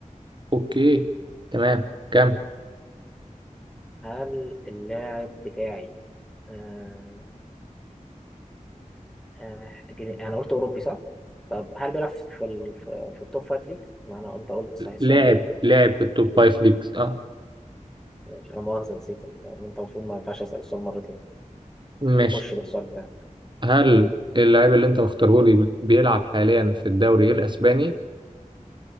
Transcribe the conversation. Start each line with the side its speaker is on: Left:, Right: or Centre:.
Right: اوكي تمام كم
Centre: هل اللاعب بتاعي آه آه جدي- انا قلت اوروبي صح؟ طب هل بيلعب في ال... في في التوب فايف ليجز؟ ما انا انت قلت صحيح السؤال
Right: لاعب
Centre: ده
Right: لاعب في التوب فايف ليجز اه
Centre: ماشي انا مؤاخذه نسيت ال... انت المفروض ما ينفعش اسال السؤال مرتين
Right: ماشي
Centre: تخش بالسؤال بتاعك
Right: هل اللعيب اللي انت مختاره لي بيلعب حاليا في الدوري الاسباني